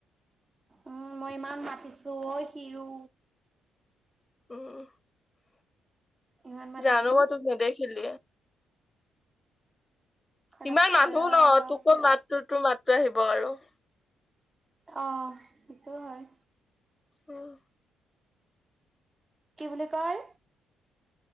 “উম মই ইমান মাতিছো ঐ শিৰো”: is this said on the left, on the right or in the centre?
Right